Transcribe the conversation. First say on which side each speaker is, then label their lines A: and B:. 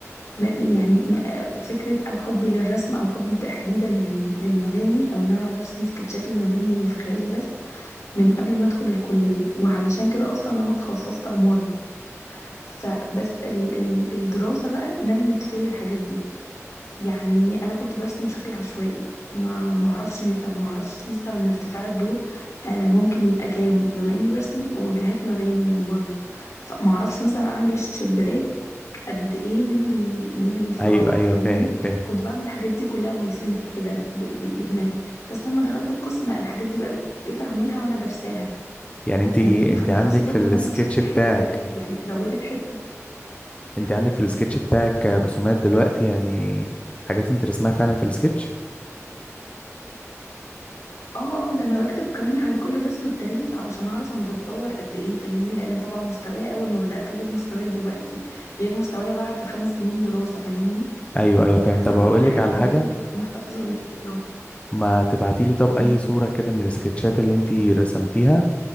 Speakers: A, on the left; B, on the left.
A: ما- يعني ما- آه، فكرة او حبي للرسم او حبي تحديدا لل- للمباني او ان انا اقعد ارسم سكتشات لمباني هي في خيالي بس من قبل ما ادخل الكلية وعلشان كده اصلا انا اتخصصت عمارة فبس ال ال الدراسة بقى نمت فيا الحاجات دي يعني انا كنت برسم بشكل عشوائي ما معرفش نسب معرفش مثلا ارتفاع الدور آه، ممكن يبقى كام بما اني برسم وجهات مباني من بره فمعرفش مثلا اعمل الشباك قد ايه من ال... من الفراغ
B: أيوه أيوه
A: فاهمني
B: فاهم فاهم
A: كنت بعمل الحاجات دي كلها باي سنس كده ب... ب... بدماغي بس لما دخلت القسم لا الحاجات دي بقى بقيت اعملها وانا درساها
B: يعني أنت
A: فاهمني
B: أنت
A: فالدراسة
B: عندك
A: برضو
B: في السكتش
A: نمت فيا
B: بتاعك
A: حتة يعني زودت حتة
B: أنت عندك في السكتش بتاعك رسومات دلوقتي يعني حاجات أنت رسمها فعلا في السكتش
A: اه اه ده انا بكتب كمان على كل رسمة التاريخ علشان اعرف انا بتطور قد ايه فاهمني لان طبعا مستواي اول ما بدأت غير مستواي دلوقتي غير مستواي بعد خمس سنين دراسة فاهمني
B: أيوه
A: فبكتب
B: أيوه فاهم طب
A: على
B: هقول
A: كل حاجة
B: لك على
A: التاريخ
B: حاجة
A: محت- محتفظة بيهم كلهم
B: ما تبعتيلي طب أي
A: مم.
B: صورة كده من السكتشات اللي أنت رسمتيها